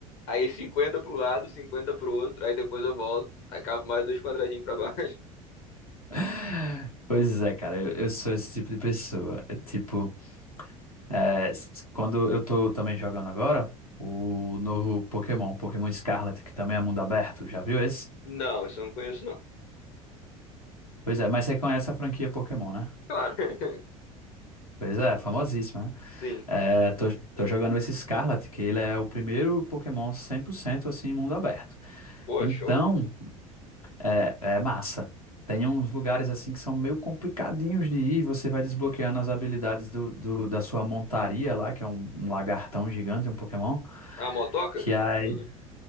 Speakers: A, on the left; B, on the left.
A: aí 50 pro lado, 50 pro outro, aí depois eu volto, aí cavo mais dois quadradinhos pra baixo. <laughs>
B: <laughs> Pois é, cara, eu, eu sou esse tipo de pessoa. É tipo, é, s- quando eu tô também jogando agora, o novo Pokémon, Pokémon Scarlet, que também é mundo aberto, já viu esse?
A: Não, isso eu não conheço, não.
B: Pois é, mas você conhece a franquia Pokémon, né?
A: Claro. <laughs>
B: Pois é, famosíssima, né?
A: Sim.
B: É, tô, tô jogando esse Scarlet, que ele é o primeiro Pokémon 100% assim, em mundo aberto.
A: Pô,
B: Então,
A: show.
B: é, é massa. Tem uns lugares assim que são meio complicadinhos de ir, você vai desbloqueando as habilidades do, do- da sua montaria lá, que é um, um lagartão gigante, um Pokémon,
A: A motoca?
B: que aí
A: Tô-